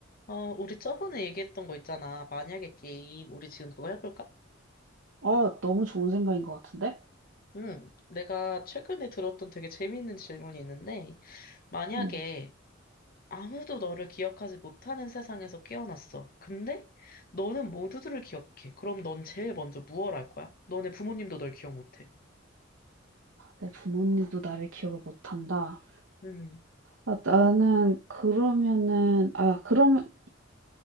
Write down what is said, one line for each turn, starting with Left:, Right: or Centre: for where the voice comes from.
Left: 어, 우리 저번에 얘기했던 거 있잖아. 만약에 게임. 우리 지금 그거 해볼까?
Right: 아, 너무 좋은 생각인 것 같은데?
Left: 응. 내가 최근에 들었던 되게 재미있는 질문이 있는데, 만약에
Right: 음,
Left: 아무도 너를 기억하지 못하는 세상에서 깨어났어. 근데 너는 모두들을 기억해. 그럼 넌 제일 먼저 무얼 할 거야? 너네 부모님도 널 기억 못해.
Right: 내 부모님도 나를 기억을 못한다.
Left: 응.
Right: 아, 나는 그러면은, 아, 그러면